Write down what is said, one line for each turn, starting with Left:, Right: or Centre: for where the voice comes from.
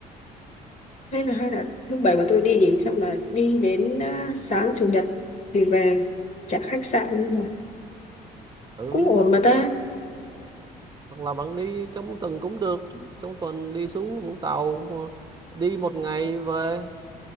Left: hay là hay là thứ bảy mà tôi đi nhỉ xong là đi đến à, sáng chủ nhật thì về trả khách sạn cũng là
Right: ừ
Left: cũng ổn mà
Right: thế.
Left: ta
Right: hoặc là bạn đi trong tuần cũng được trong tuần đi xuống Vũng Tàu mà đi một ngày về